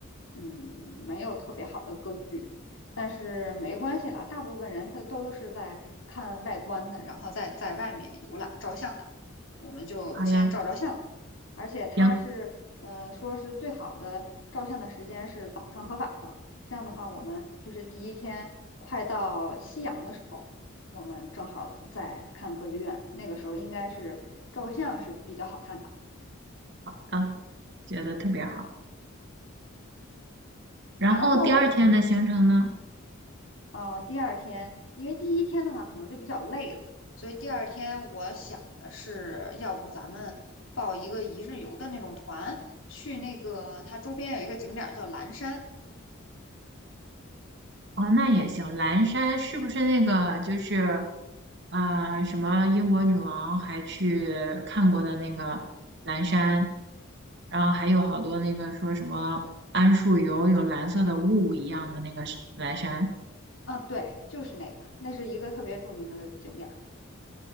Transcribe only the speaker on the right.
好呀，
行，
到，觉得特别好。然后第二天的行程呢？
哦，那也行。蓝山是不是那个就是，啊，什么英国女王还去看过的那个蓝山？然后还有好多那个说什么桉树油有蓝色的雾一样的那个是蓝山。